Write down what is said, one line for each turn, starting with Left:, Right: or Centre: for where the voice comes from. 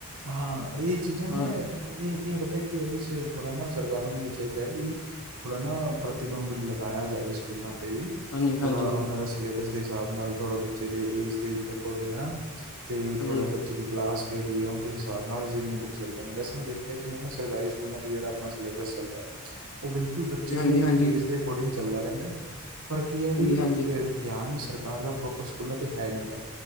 Right: ਹਾਂ ਏਹ ਚੀਜ਼ਾਂ ਨੇ
Left: ਹਾਂ
Right: ਏਹ, ਏਹ ਪਤਾ ਕੀ ਐ ਵੀ ਥੋੜਾ ਨਾ ਸਰਕਾਰਾਂ ਨੂੰ ਵੀ ਚਾਹੀਦਾ ਐ ਕੀ ਥੋੜ੍ਹਾ ਨਾ ਪ੍ਰਤੀਬੰਬ ਲਗਾਇਆ ਜਾਵੇ ਸਕੂਲਾਂ ਤੇ ਵੀ।
Left: ਹਾਂਜੀ
Right: ਥੋੜਾ
Left: ਹਾਂਜੀ
Right: ਉਹਨਾ ਦਾ ਸਿਲੇਬਸ ਦੇ ਹਿਸਾਬ ਨਾਲ ਥੋੜਾ ਬੱਚੇ ਦੇ ਏਜ ਦੇ ਅਕੋਡਿੰਗ ਹੈਨਾ। ਤੇ
Left: ਹਾਂਜੀ
Right: ਥੋੜਾ ਬੱਚੇ ਦੀ ਕਲਾਸ ਕਿਹੜੀ ਹੈ ਉਹਨੂੰ ਇਕ ਹਿਸਾਬ ਨਾਲ ਜੇੜੀਆਂ ਬੁੱਕਸ ਲੱਗਦੀ ਨੇ, ਵੈਸੇ ਮੈਂ ਦੇਖਿਆ ਜਿਵੇਂ ਨਾ ਸਰਕਾਰੀ ਸਕੂਲਾਂ 'ਚ ਜੇੜਾਅਪਨਾ ਸਿਲੇਬਸ ਚੱਲਦਾ ਐ। ਔਹ ਬਿਲਕੁੱਲ ਬੱਚੇ
Left: ਹਾਂਜੀ
Right: ਦੇ
Left: ਹਾਂਜੀ
Right: ਏਜ ਦੇ ਅਕੋਰਡਿੰਗ ਚੱਲਦਾ ਰੈਂਦਾ ਐ। ਪਰ ਕੀ ਐ ਭਈ
Left: ਹਾਂਜੀ ਹਾਂਜੀ
Right: ਧਿਆਨ ਸਰਕਾਰ ਦਾ ਪ੍ਰੋਪਰ ਸਕੂਲਾਂ ਤੇ ਹੈ ਨੀ ਗਾ।